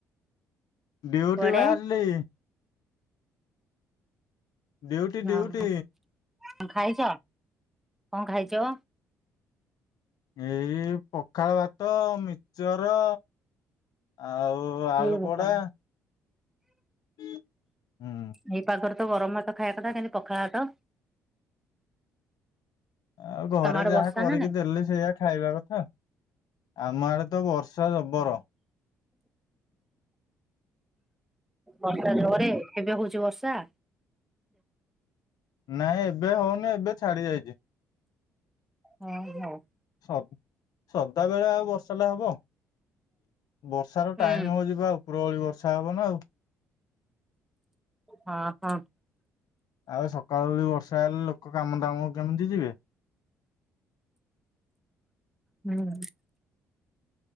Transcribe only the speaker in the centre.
କଣ
ଅହଁ।
ଖାଇଛ କଣ ଖାଇଛ?
ଏ ବୋପା
ମା।
ଏଇ ପାଗରେ ତ ଗରମ ଭାତ ଖାଇବା କଥା କେମିତି ପଖାଳ ଭାତ।
ତମ ଆଡେ
ବର୍ଷା
ନା ନାଇଁ?
ବର୍ଷା ଜୋରେ ଏବେ ହଉଛି ବର୍ଷା।
ହଁ ହଉ।
ହୁଁ
ହଁ ହଁ।
ହୁଁ।